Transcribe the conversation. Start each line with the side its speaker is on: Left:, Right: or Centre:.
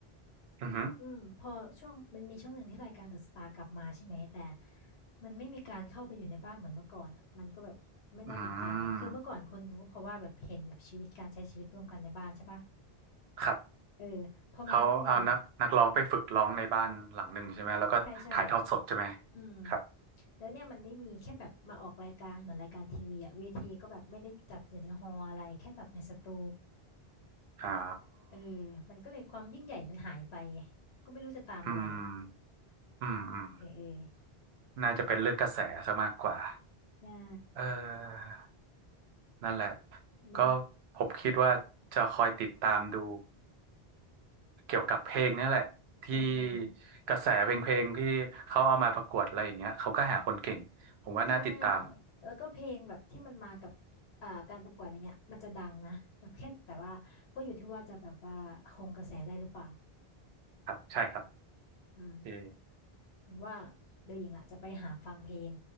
Right: อือหือ
Left: อืมพอช่วงมันมีช่วงหนึ่งที่รายการเดอะสตาร์กลับมาใช่ไหมแต่มันไม่มีการเข้าไปอยู่ในบ้านเหมือนเมื่อก่อนอะมันก็แบบไม่น่าติดตามคือเมื่อก่อนคนรู้เพราะว่าแบบเห็นแบบชีวิตการใช้ชีวิตร่วมกันในบ้านใช่ปะ
Right: อืมครับ
Left: เออพอมันไม่มีอ่ะ
Right: เขาเอานักนักร้องไปฝึกร้องในบ้านหลังหนึ่งใช่ไหมแล้วก็ถ่ายทอดสดใช่ไหม
Left: ใช่ใช่อืม
Right: ครับ
Left: แล้วเนี่ยมันไม่มีแค่แบบมาออกรายการเหมือนรายการทีวีอะเวทีก็แบบไม่ได้จัดอยู่ในฮอลล์อะไรแค่จัดในสตู
Right: อ๋อ
Left: เออมันก็เลยความยิ่งใหญ่มันหายไปไงก็ไม่รู้จะตามอะไร
Right: อืมอืมอืม
Left: เออเออ
Right: น่าจะเป็นเรื่องกระแสซะมากกว่า
Left: ใช่
Right: เออนั่นแหละ
Left: เนาะ
Right: ก็ผมคิดว่าจะคอยติดตามดูเกี่ยวกับเพลงเนี่ยแหละที่
Left: อืมอืม
Right: กระแสเพลงเพลงที่เขาเอามาประกวดอะไรอย่างเงี้ยเขาก็หาคนเก่งผมว่าน่าติดตาม
Left: ใช่แล้วก็เพลงแบบที่มันมากับอ่าการประกวดอย่างเงี้ยมันจะดังนะแบบแค่แต่ว่าก็อยู่ที่ว่าจะแบบว่าคงกระแสได้หรือเปล่า
Right: ครับใช่ครับ
Left: อืม
Right: เออ
Left: ผมว่าเดี๋ยวหญิงอ่ะจะไปหาฟังเพลง